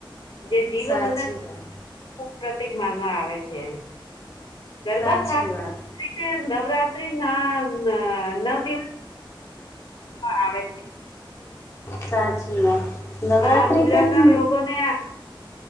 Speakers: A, on the left; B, on the left.
A: જે જીવન
B: સાચી
A: અને
B: વાત.
A: પ્રતિક માનવા આવે છે. ગરબા
B: સાચી
A: ખાસ
B: વાત.
A: કરીને નવરાત્રી ના અ નવ આવે છે.
B: સાચી વાત નવરાત્ર્રી
A: આ ગુજરાતના
B: પણ
A: લોકોને